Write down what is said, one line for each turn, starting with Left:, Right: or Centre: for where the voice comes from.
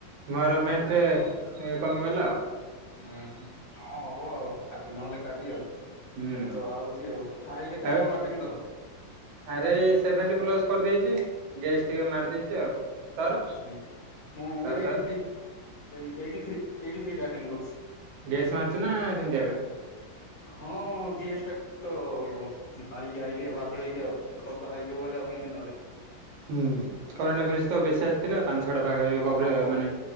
Right: ମୋର ମେଥ ରେ କମିଗଲା ଆଉ
Left: ହୁଁ ହୁଁ ହଁ ହବ ଆଉ ଆଜି ନହେଲେ କାଲି ଆଉ
Right: ହୁଁ
Left: ଏବେ ତ ଆଉଛି ଆଉ ଆରେ ଏଇ କେତଟା
Right: ଆଉ
Left: କଣ କଲ?
Right: ଆରେ ଏଇ ସେଭେଣ୍ଟି ପ୍ଲସ କରିଦେଇଚି, ଗେସ୍ ଟିକେ ମାରି ଦେଇଚି ଆଉ ତୋର
Left: ହଁ ମୁଁ
Right: ତୋର
Left: ବି eighty
Right: ତୋର
Left: three eight eighty three eighty three ଟା ଆଟେଣ୍ଡ‌ କରଛି।
Right: ଗେସ୍ ମାରୁଛୁ ନା ସେମିତି ଆକା?
Left: ହଁ ଜିଏସ୍ ଟା ଟିକେ ତ ମାରିକି ଆଇଲି ଆଉ ବାଧ୍ୟ ହେଇକି ଆଉ <unintelligible>
Right: ହୁ କରେଣ୍ଟ ଏଫଆଇଆର ତ ବେଶୀ ଆସିଥିଲା ପାଞ୍ଚ ଛଅ ଟା ପାଖାପାଖି
Left: ହଁ
Right: ମାନେ